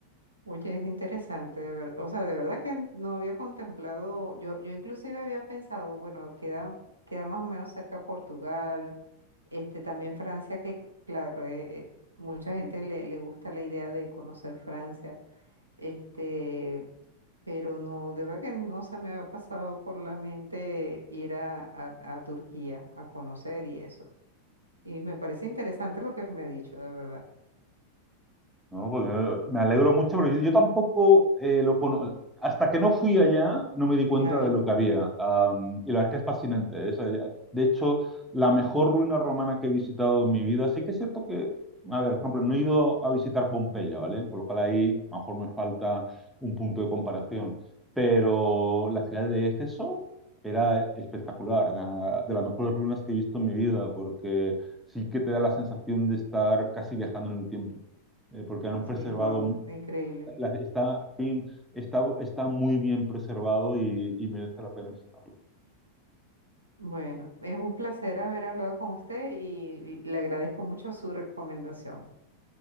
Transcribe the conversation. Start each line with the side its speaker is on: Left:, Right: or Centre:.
Right: Oye, es interesante, de verdad. O sea, de verdad que no había contemplado, yo, yo inclusive había pensado, bueno, queda, queda más o menos cerca Portugal, este, también Francia, que claro, eh, eh, mucha gente le, le gusta la idea de conocer Francia, este, pero no, de verdad que no se me había pasado por la mente ir a, a, a Turquía a conocer y eso. Y me parece interesante lo que me ha dicho, de verdad.
Centre: No, pues eh, me alegro mucho, pero yo, yo tampoco eh, lo cono- Hasta que no fui allá, no me di cuenta
Right: Claro,
Centre: de lo que había. Am, y la verdad que es fascinante. ¿eh? O sea, ya- de hecho, la mejor ruina romana que he visitado en mi vida. Sí que es cierto que, a ver, por ejemplo, no he ido a visitar Pompeya, ¿vale? Por lo cual ahí a lo mejor me falta un punto de comparación. Pero la ciudad de Éfeso era espectacular, era de las mejores ruinas que he visto en mi vida, porque sí que te da la sensación de estar casi viajando en el tiempo eh, porque han
Right: sí,
Centre: preservado,
Right: wow, increíble.
Centre: la- está, está, está muy bien preservado y, y merece la pena visitarlo.
Right: Bueno, es un placer haber hablado con usted y le agradezco mucho su recomendación.